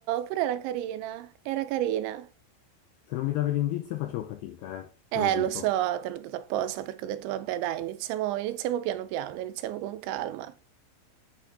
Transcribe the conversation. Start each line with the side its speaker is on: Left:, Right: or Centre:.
Right: però era carina, era carina.
Left: se non mi davi l'indizio facevo fatica, eh, te
Right: Eh,
Left: lo dico.
Right: lo so, te l'ho dato apposta perché ho detto, vabbè, dai, iniziamo, iniziamo piano piano, iniziamo con calma.